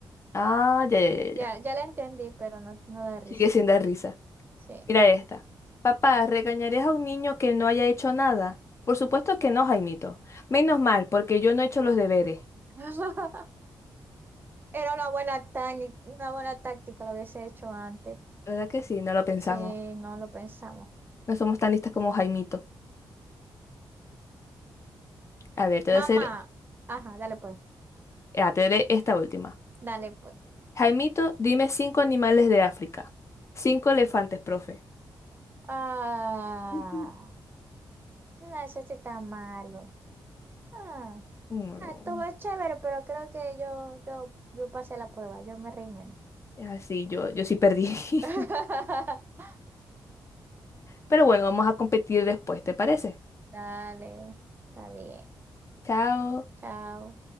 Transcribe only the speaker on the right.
Ya,
ya la entendí, pero no, no da risa.
Sí.
<laughs> Era una buena, tani- una buena táctica, lo hubiese hecho antes.
Sí, no lo pensamos.
Mamá,
ajá, dale pues,
dale pues.
Ah,
no, eso sí está malo. Ah,
ah, estuvo chévere, pero creo que yo, yo, yo pasé la prueba, yo me reí menos.
<laughs>
Dale, está bien,
chao.